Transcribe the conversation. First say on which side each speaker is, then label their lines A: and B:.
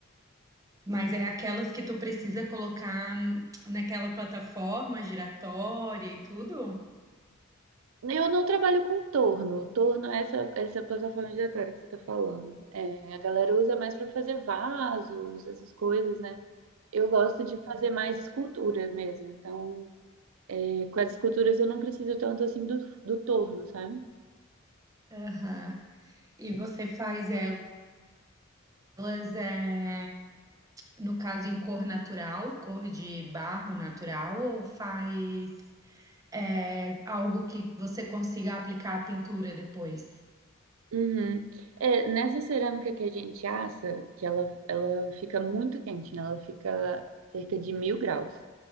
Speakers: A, on the right; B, on the right.
A: mas é aquelas que tu precisa colocar hum, naquela plataforma giratória e tudo?
B: Eu não trabalho com torno. Torno é essa, essa plataforma giratória que você está falando. É, a galera usa mais para fazer vasos, essas coisas, né? Eu gosto de fazer mais esculturas mesmo. Então, é, com as esculturas eu não preciso tanto assim do, do torno, sabe?
A: Aham. E você faz elas, é, no caso, em cor natural, cor de barro natural, ou faz é, algo que você consiga aplicar a pintura depois?
B: Uhum. É, nessa cerâmica que a gente assa, que ela, ela fica muito quente, né? Ela fica cerca de mil graus.